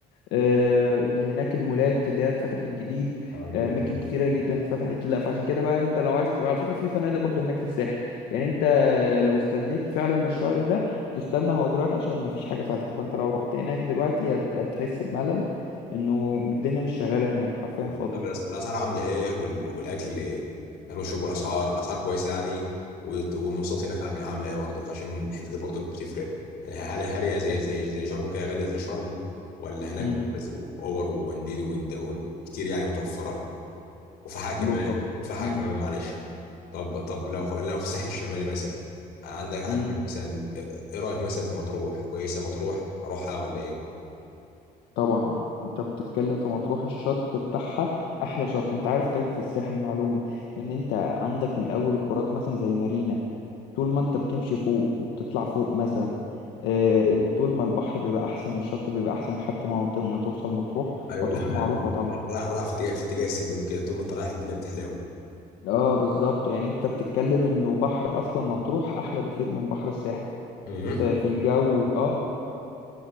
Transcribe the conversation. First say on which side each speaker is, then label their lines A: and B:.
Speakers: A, on the left; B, on the left.
A: آه، اللي هناك المولات اللي هي اتفتحت جديد
B: اه جميل
A: آه، أماكن
B: جدا
A: كتيرة جدا اتفتحت لا فعشان كده بقى أنت لو عايز وعلى فكرة في فنادق برضو هناك في الساحل يعني أنت لو استنيت فعلا الشهر ده تستنى هو دلوقتي عشان ما فيش حاجة فاتحة فانت لو رحت هناك دلوقتي هت- هتحس بملل انه الدنيا مش شغالة هناك حرفيا
B: طب
A: فاضية
B: الأس- الاسعار عامله ايه وال... والاكل الاكل والشرب والاسعار الاسعار كويسه يعني وت- والمواصلات هناك عامله عامله ايه برضك عشان الحته دي برضك بتفرق يعني هل هل هي زي زي زي شرم كده غاليه زي شرم ولا هناك
A: امم
B: اوبرز واوبر وانديد وكتير يعني متوفره وفحاء كمان
A: بص هو
B: وفحاء
A: امم
B: كمان معلش طب طب لو لو في الساحل الشمالي مثلا عندك عندك
A: امم
B: مثلا ايه رايك مثلا في مطروح كويسه مطروح اروحها ولا ايه
A: طبعا انت بتتكلم في مطروح الشط بتاعها احلى شط انت عارف طيب في الساحل معلومة ان انت عندك من اول القارات مثلا زي مارينا طول ما انت بتمشي فوق وبتطلع فوق مثلا آه، طول ما البحر بيبقى احسن والشط بيبقى احسن لحد ما ما توصل مطروح
B: ايوه
A: مطروح
B: ولا هبقى-
A: معروفة طبعا
B: راح راح في اتجاه في اتجاه السلوم كده طول ما انت رايح الدنيا بتحلاوي
A: اه بالظبط يعني انت بتتكلم انه بحر اصلا مطروح احلى بكتير من بحر الساحل
B: امم
A: في, في الجو اه